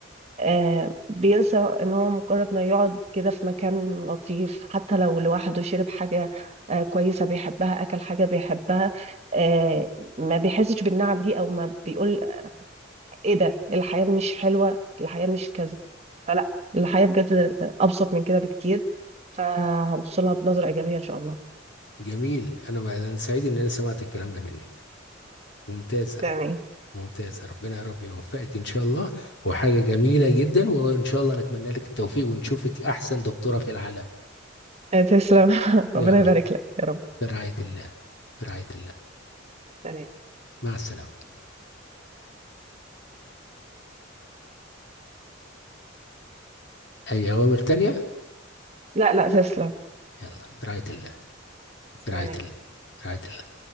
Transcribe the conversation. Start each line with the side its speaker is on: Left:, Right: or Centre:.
Right: آه، بينسى ان هو مجرد ما يقعد كده في مكان لطيف حتى لو لوحده شرب حاجة آه، كويسة بيحبها اكل حاجة بيحبها آه، ما بيحسش بالنعم دي او ما بيقول ايه ده الحياة مش حلوة الحياة مش كذا فلا الحياة بجد ابسط من كده بكتير فهوصلها بنظرة ايجابية ان شاء الله
Left: جميل انا أنا سعيد ان انا سمعت الكلام ده منك ممتاز
Right: تمام تمام
Left: ممتاز ربنا يا رب يوفقك ان شاء الله وحاجة جميلة جدا وان شاء الله نتمنى لك التوفيق ونشوفك احسن دكتورة في العالم
Right: آه، تسلم <laughs>
Left: يلا
Right: ربنا يبارك لك يا رب
Left: في رعاية الله في رعاية الله
Right: سلام
Left: مع السلامة اي اوامر تانية
Right: لا لا تسلم
Left: يلا في رعاية الله
Right: سلام
Left: في رعاية الله في رعاية الله